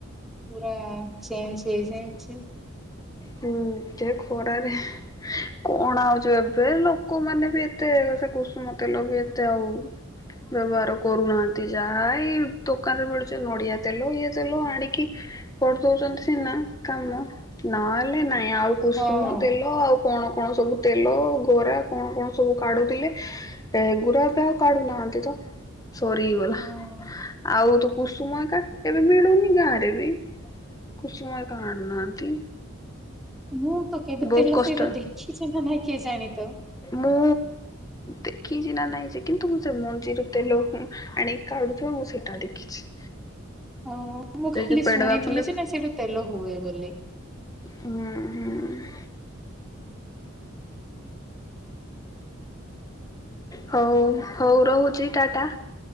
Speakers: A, in the centre; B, on the left.
A: ପୁରା ଚଞେ ହେଇଯାଉଚି।
B: ହୁଁ ଯେ ଖରାରେ କଣ ଆଉଛୁ ଏବେ ଲୋକମାନେ ବି ଏତେ ସେ କୁସୁମ ତେଲ ବି ଏତେ ଆଉ ବ୍ୟବହାର କରୁନାହାନ୍ତି ଯାହା ଏଇ ଦୋକାନରେ ମିଳୁଛି ନଡିଆ ତେଲ ଇଏ ତେଲ ଆଣିକି କରି ଦଉଛନ୍ତି ସିନା କାମ ନ ହେଲେ ନାଇଁ ଆଉ କୁସୁମ
A: ହଁ।
B: ତେଲ ଆଉ କଣ କଣ ସବୁ ତେଲ ଖରା କଣ କଣ ସବୁ କାଢଡୁଥିଲେ ଏ ଗୁରାବେ ଆଉ କାଢୁନାହାନ୍ତି ତ ସରିଗଲା
A: ହଁ।
B: ଆଉ ତୁ କୁସୁମା କା ଏବେ ଭଡୁନି ଗାଁରେ ବି କୁସୁମା କା ଆଣୁନାହାନ୍ତି।
A: ମୁଁ ତ କେବେ
B: ବହୁତ
A: ତେଲ
B: କଷ୍ଟ
A: ସେଇଟା ଦେଖିଛି ନା ନାଇଁ କିଏ ଜାଣି ତ।
B: ମୁଁ ଦେଖି ଚିନା ନହିଁଛି କିନ୍ତୁ ମୁଁ ସେ ମଞ୍ଜିରୁ ତେଲ ଆଣିକି କାଢୁଛିଉ ମୁଁ ସେଇଟା ଦେଖିଛି।
A: ଅ ମୁଁ
B: ସେ
A: ଖାଲି
B: ଯୋଉ ପେଡ
A: ଶୁଣିଥିଲି
B: ବାକୁୁଣ୍ଡା
A: ଯେ ନା ସେଇଠୁ ତେଲ ହୁଏ ବୋଲି।
B: ହୁଁ ହୁଁ। ହଉ ହଉ ରହୁଛି ଟାଟା।